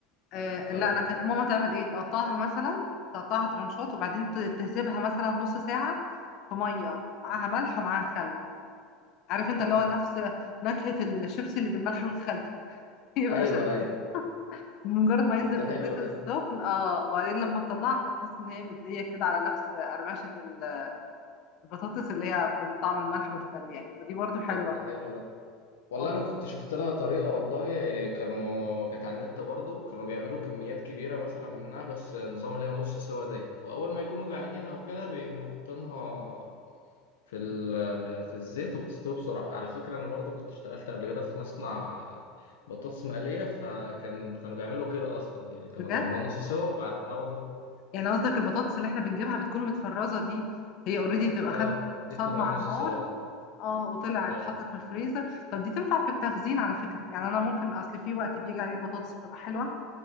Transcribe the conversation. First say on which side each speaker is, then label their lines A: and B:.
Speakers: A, on the left (about 55°); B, on the left (about 85°).
A: آه
B: اه
A: لا
B: والله
A: انا كانت ماما تعمل ايه تقطعها مثلا تقطعها ترنشات وبعدين ت- تسيبها مثلا نص ساعه في ميه معاها ملح ومعاها خل عارف انت
B: مم.
A: اللي هو نفس نكهه الشيبسي اللي بالملح والخل <laughs> يبقى
B: أيوه
A: شكل
B: أيوه
A: مجرد ما ينزل
B: طب ده
A: في
B: حلو
A: الزيت
B: ده
A: السخن اه وبعدين لما تطلعها فتحس ان هي مديه كده على نفس قرمشه ال- البطاطس اللي هي بالطعم الملح والخل يعني فدي برضو حلوه
B: طب ده حلو ده والله
A: اه
B: انا كنت شفت لها طريقه والله كانوا كانت على النت برضو كانوا بيعملوا كميات كبيره مثلا منها بس نظام اللي هي نص سوا ديت واول ما يكونوا جعانين او كده بيقوموا حاطينها في ال- في الزيت وبتستوي بسرعه على فكره انا برضو كنت اشتغلت قبل كده في مصنع بطاطس مقليه فكان كانوا بيعملوا كده اصلا يعني كانوا
A: بجد
B: بيعملوها نص سوا وبعد اه والله
A: يعني قصدك البطاطس اللي احنا بنجيبها بتكون متفرزة دي هي اوريدي بتبقى
B: اه
A: خدت صدمة
B: دي بتبقى
A: على
B: نص
A: النار
B: سوا اه
A: اه وطلعت
B: أيوة.
A: اتحطت في الفريزر طب دي تنفع في التخزين على فكرة يعني انا ممكن اصل في وقت بيجي عليه البطاطس بتبقى حلوة